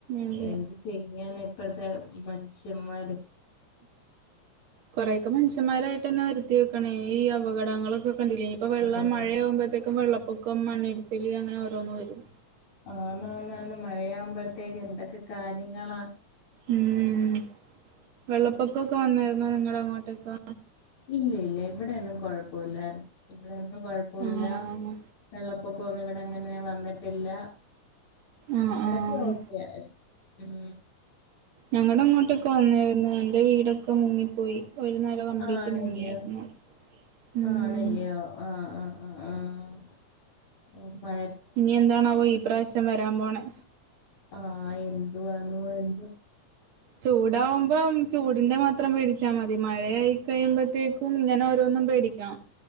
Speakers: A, on the right; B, on the left.
A: അതെ
B: എന്ത് ചെയ്യാന ഇപ്പഴ്ത്തെ മൻഷ്യമ്മാര്
A: കൊറേക്കെ മൻഷൻമ്മാരായിട്ടെന്നെ വര് ത്തി വെക്ക്ണെ ഈ അപകടങ്ങളൊക്കെ കണ്ടില്ലെ ഞ്ഞിപ്പം വെള്ളം
B: അപകടം
A: മഴയാകുമ്പോഴത്തേക്കും വെള്ളപ്പൊ ക്കം മണ്ണിടിച്ചില് അങ്ങനെ ഓരോന്ന് വരും
B: ആന്നാന്നാന്ന് മഴയാവുമ്പോഴത്തേക്ക് എന്തൊക്കെ കാര്യങ്ങളാ
A: ഉം വെള്ളപ്പൊക്കൊക്കെ വന്നായിരുന്നോ നിങ്ങളെ അങ്ങോട്ടൊക്കെ
B: ഇല്ലല്ല ഇവടെയൊന്നും കൊഴപ്പുല്ലാര്ന്ന് ഇവടെയൊന്നും കൊഴപ്പുല്ല
A: ആഹ്
B: വെള്ളപ്പൊ ക്കൊന്നും ഇവടെ അങ്ങനെ വന്നിട്ടില്ല
A: ആഹ്
B: ഇവടൊക്കെ
A: ആഹ്
B: ഓക്കെ ഉം
A: ഞങ്ങളിങ്ങോട്ടെക്ക് വന്നേയിരുന്നു. എന്റെ വീടൊക്കെ മുങ്ങിപ്പോയി. ഒരു നെ ല കംപ്ലീറ്റ്
B: ആണല്ല്യോ
A: മുങ്ങിയായിരുന്നു. ഉം
B: ആണല്ല്യോ ആഹ് ആഹ് ആഹ് ആഹ് ഉമ്മാ
A: ഇനി എന്താണാവോ ഈ പ്രാവിശ്യം വരാൻ പോണെ?
B: ആഹ് എന്തുവാന്നോ എന്തോ.
A: ചൂടാവുമ്പം ചൂടിന്റെ മാത്രം പേടിച്ചാ മതി. മഴയായി കഴിയുമ്പോഴത്തേക്കും ഇങ്ങനെ ഓരോന്നും പേടിക്കണം.